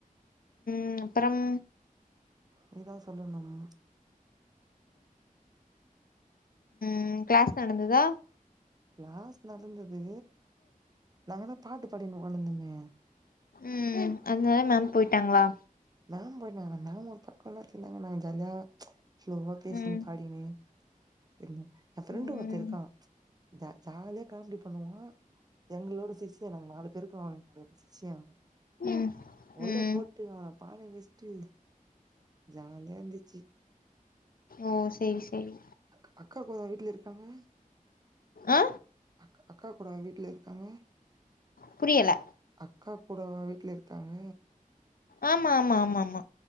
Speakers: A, on the left; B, on the right.
A: ம் அப்புறம்
B: நீ தா சொல்லணும்
A: ம் கிளாஸ் நடந்துதா
B: கிளாஸ் நடந்தது நாங்கதா பாட்டு பாடின்ட்டு ஒக்காந்துருந்தமே
A: ம் அதுனால மேம் போயிட்டாங்களா
B: மேம் போய்ட்டாங்க நாமளு பக்கோ எல்லா வச்சுருந்தாங்க நாங்க ஜாலியா ஸ்லோவா பேசின்னு
A: ம்
B: பாடிகினு எம் எ ஃப்ரண்டு
A: ம்
B: ஒருத்தே இருக்கா ஜ ஜாலியா காமெடி பண்ணுவா எங்களோட சிஷ்யன் நாங்க நாலு பேருக்கு அவ சிஷ்யே அவே
A: ம்
B: உள்ள
A: ம்
B: போட்டு அவன பான வெச்சுட்டு ஜாலியா இருந்துச்சு
A: ஓ செரி செரி
B: அக் அக்கா கூடவா வீட்ல இருக்காங்க
A: அ
B: அக் அக்கா கூடவா வீட்ல இருக்காங்க
A: புரியல
B: அக்கா கூடவா வீட்ல இருக்காங்க
A: ஆமா ஆமா ஆமா ஆமா